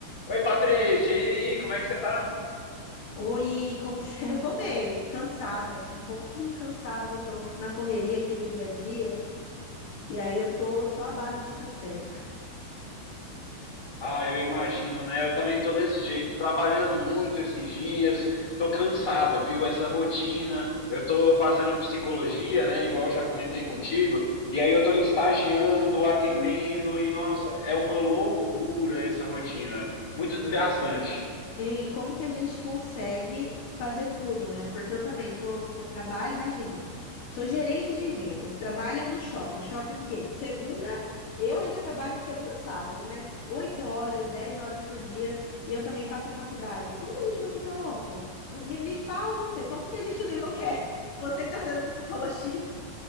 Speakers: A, on the left; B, on the left.
A: Oi, Patrícia, e aí, como é que você tá?
B: Oi, como que você... <laughs> Eu tô bem, cansada, um pouquinho cansada, tô na correria aqui do dia a dia, e aí eu tô só à base de café.
A: Ah, eu imagino, né? Eu também tô desse jeito, trabalhando muito esses dias, tô cansado, viu? Essa rotina, eu tô fazendo psicologia, né? Igual eu já comentei contigo, e aí eu tô estagiando, atendendo,
B: Ah,
A: e nossa, é uma loucura essa rotina, muito desgastante.
B: Hein, como que a gente consegue fazer tudo, né? Porque eu também tô, tô trabalho, imagina, sou gerente de vendas, trabalho no shopping. Shopping o quê? De segunda, eu ainda trabalho de segunda a sábado, mas 8 horas, 10 horas por dia, e eu também faço a faculdade. Como que a gente não fica louco? Me, me fala você, como que a gente não enlouquece? <laughs> Você que tá fazendo psicologia.